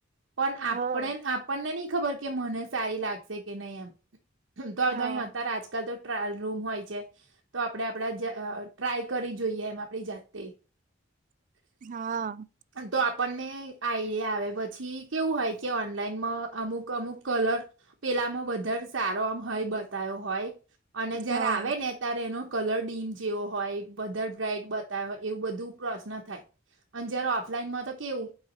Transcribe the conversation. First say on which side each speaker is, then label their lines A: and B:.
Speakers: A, on the right; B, on the right.
A: પણ આપણે
B: હા
A: આપણને નહી ખબર કે મને સારી લાગશે કે નહીં એમ તો
B: હા.
A: તઈ હતા આજકાલ તો ટ્રાયલ રૂમ હોય છે તો આપડે આપડા ટ્રાય કરી જોઈએ એમ આપડી જાતે
B: હા
A: તો આપણને આઇડિયા આવે પછી કેવું હોય કે ઓન ઓનલાઈનમાં અમુક અમુક કલર પેલામાં વધારે સારો હોય એમ બતાયો હોય અને જરા
B: હા.
A: આવે ને ત્યારે એનો કલર ડીમ જેવો હોય વધારે બ્રાાઈટ બતાવે હોય એવું બધું પ્રશ્ન થાય અને જયારે ઓફલાઈનમાં તો કેવું